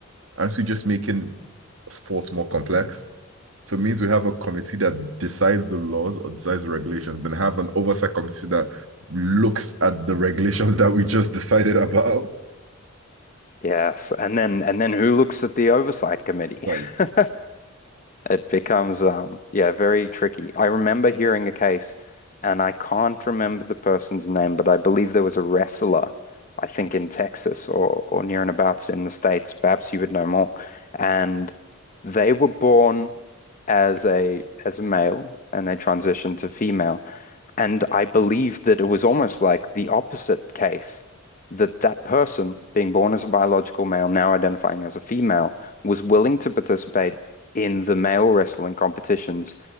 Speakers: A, on the right (about 75°); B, on the left (about 40°).
A: aren't we just making sports more complex. So it means we have a committee that decides the laws or decides the regulations, then have an oversight committee that looks at the regulations that we just decided about.
B: Yes, and then and then who looks at the oversight committee?
A: Right.
B: <laughs> It becomes um yeah, very tricky. I remember hearing a case and I can't remember the person's name, but I believe there was a wrestler, I think in Texas or or near and abouts in the States, perhaps you would know more. And they were born as a as a male and they transitioned to female. And I believe that it was almost like the opposite case that that person, being born as a biological male, now identifying as a female, was willing to participate in the male wrestling competitions,